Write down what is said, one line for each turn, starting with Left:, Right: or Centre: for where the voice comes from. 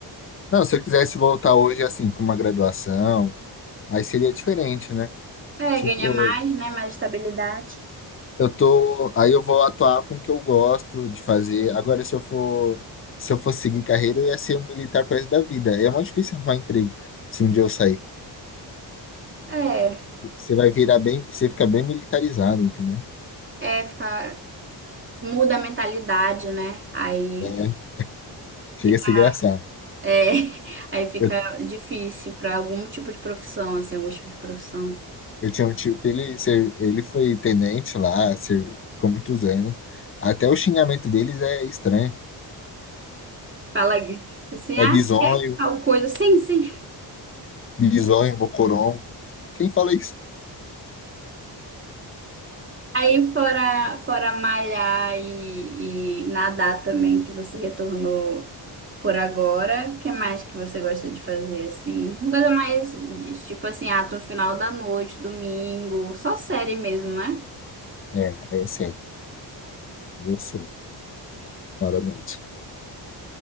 Left: Não, se eu quisesse voltar hoje, assim, com uma graduação, aí seria diferente, né?
Right: É,
Left: Tipo,
Right: ganha mais, né? Mais estabilidade.
Left: Eu tô, aí eu vou atuar com o que eu gosto de fazer. Agora, se eu for, se eu for seguir carreira, eu ia ser um militar pro resto da vida. É muito difícil arrumar emprego se um dia eu sair.
Right: É,
Left: Você vai virar bem, você fica bem militarizado, entendeu?
Right: é, fica, muda a mentalidade, né? Aí
Left: É, chega
Right: fi-
Left: a ser engraçado.
Right: É, <laughs> aí fica
Left: Eu,
Right: difícil para algum tipo de profissão, assim, algum tipo de profissão.
Left: eu tinha um tio que ele, ser- ele foi tenente lá, ser- ficou muitos anos. Até o xingamento deles é estranho.
Right: Fala aqui, assim, ah,
Left: É bisonho,
Right: se é tal coisa, sim, sim.
Left: bisonho, mocorongo. Quem fala isso?
Right: Aí fora, fora malhar e, e nadar também, que você retornou por agora, o que mais que você gosta de fazer, assim? Uma coisa mais, tipo assim, ah, tô final da noite, domingo, só série mesmo, né?
Left: É, é sério. É sério. Fala à noite.